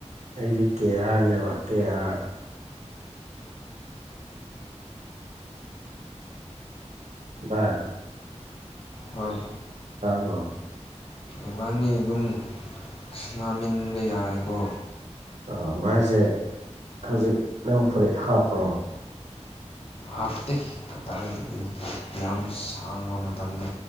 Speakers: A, on the right; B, on the left.
A: ꯑꯩꯗꯤ ꯀꯦ ꯑꯥꯔꯅꯦꯕ ꯀꯦ ꯑꯥꯔ ꯚꯥꯏ
B: ꯍꯣꯏ
A: ꯇꯥꯕ꯭ꯔꯣ
B: ꯏꯕꯥꯅꯤ ꯑꯗꯨꯝ ꯁꯥꯟꯅꯃꯤꯟꯕ ꯌꯥꯏꯀꯣ
A: ꯑ ꯚꯥꯏꯁꯦ ꯍꯧꯖꯤꯛ ꯅꯪ ꯐꯨꯔꯤꯠ ꯍꯥꯞꯄ꯭ꯔꯣ
B: ꯍꯥꯞꯇꯦ ꯀꯗꯥꯏꯗꯒꯤ ꯌꯥꯝ ꯁꯥꯡꯕ ꯃꯇꯝꯗ